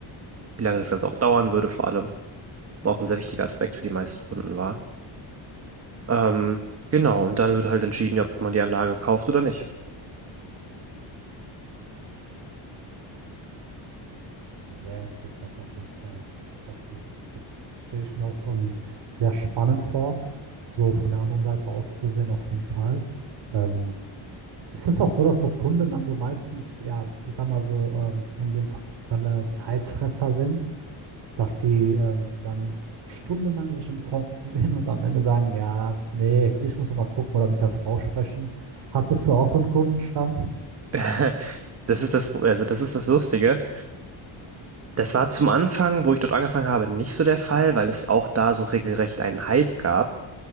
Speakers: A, on the right (about 30°); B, on the right (about 60°).
A: wie lange das Ganze auch dauern würde vor allem. Auch ein sehr wichtiger Aspekt für die meisten Kunden war. Ähm, genau, und dann wird halt entschieden, ob man die Anlage kauft oder nicht.
B: Sehr interessant auf jeden Fall. Das ist, das stelle ich mir auch ähm, sehr spannend vor, so von der anderen Seite aus zu sehen, auf jeden Fall. Ähm, ist es auch so, dass so Kunden dann so meistens, ja, ich sag mal so, ähm, in dem Falle Zeitfresser sind, dass die ähm, dann stundenlang sich informieren und am Ende sagen, ja, nee, ich muss noch mal gucken oder mit der Frau sprechen. Hattest du auch so einen Kundenstamm?
A: <laughs> Das ist das, also das ist das Lustige. Das war zum Anfang, wo ich dort angefangen habe, nicht so der Fall, weil es auch da so regelrecht einen Hype gab,